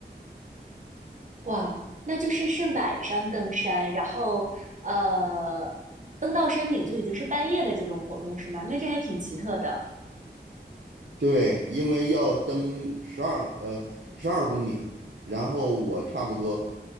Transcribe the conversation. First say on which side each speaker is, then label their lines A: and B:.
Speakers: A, on the right (about 45°); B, on the right (about 85°).
A: 哇，那就是是晚上登山，然后呃，登到山顶就已经是半夜的这种活动是吗？那这还挺奇特的。
B: 对，因为要登十二呃十二公里，然后我差不多